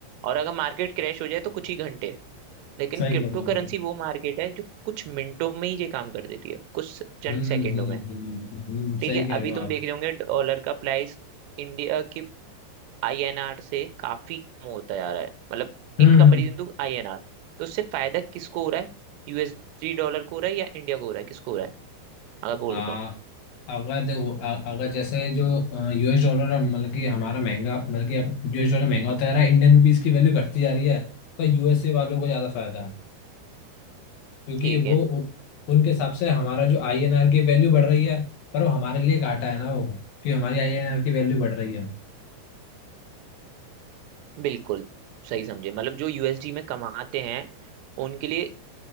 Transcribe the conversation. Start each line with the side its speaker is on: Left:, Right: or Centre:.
Right: और अगर मार्केट क्रैश हो जाए तो कुछ ही घंटे लेकिन
Left: सही
Right: क्रिप्टो
Left: कह रहे
Right: करेंसी
Left: हो आप।
Right: वो मार्केट है जो कुछ मिनटों में ही ये काम कर देती है कुछ
Left: हम्म
Right: चंद सेकंडों
Left: हम्म
Right: में
Left: हम्म, हम्म, हम्म,
Right: ठीक
Left: सही
Right: है
Left: कह
Right: अभी
Left: रहे हो
Right: तुम
Left: आप
Right: देख रहे होंगे डॉलर का प्राइस इंडिया की आईएनआर से काफी कम होता जा रहा है मतलब
Left: हम्म
Right: इन कंपेरिजन
Left: हम्म
Right: टू आईएनआर तो उससे फायदा किसको हो रहा है यूएसडी डॉलर को हो रहा है या इंडिया को हो रहा है किसको हो रहा है अगर बोल
Left: आ,
Right: देता हूँ
Left: अगर देखो अ- अगर जैसे जो यूएस डॉलर मतलब कि हमारा महंगा मतलब कि अब यूएस डॉलर महंगा होता जा रहा है इंडियन रुपीस की वैल्यू घटती जा रही है तो यूएसए वालों को ज़्यादा फायदा है क्योंकि
Right: ठीक
Left: वो
Right: है
Left: उ- उनके हिसाब से हमारा जो आईएनआर की वैल्यू बढ़ रही है पर वो हमारे लिए घाटा है ना वो कि हमारी आईएनआर की वैल्यू बढ़ रही है
Right: बिल्कुल सही समझे मतलब जो यूएसडी में कमाते हैं उनके लिए